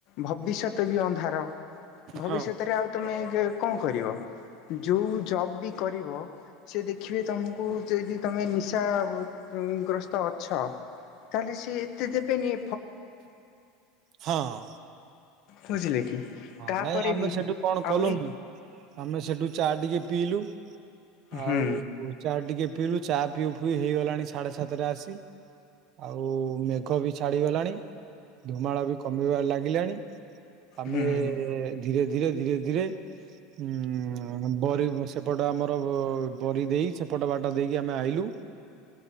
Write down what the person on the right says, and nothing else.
ହଁ
ହଁ।
ହଁ
ନାଇଁ ଆମେ
ସେଠୁ କଣ କଲୁନି?
ଆମେ ସେଠୁ ଚା ଟିକେ ପିଇଲୁ
ଆଉ ଚା ଟିକେ ପିଇଲୁ ଚା ପିଇ ଫିଇ ହେଇଗଲାଣି ସାଢେ ସାତଟରେ ଆସି ଆଉ ମେଘ ବି ଛାଡିଗଲାଣି ଧୁମାଳ ବି କମିବାରେ ଲାଗିଲାଣି ଆମେ
ଧୀରେ ଧୀରେ ଧୀରେ ଧୀରେ ଉ ବରି ସେପଟ ଆମର ବରି ଦେଇ ସେପଟ ବାଟ ଦେଇକି ଆମେ ଆଇଲୁ।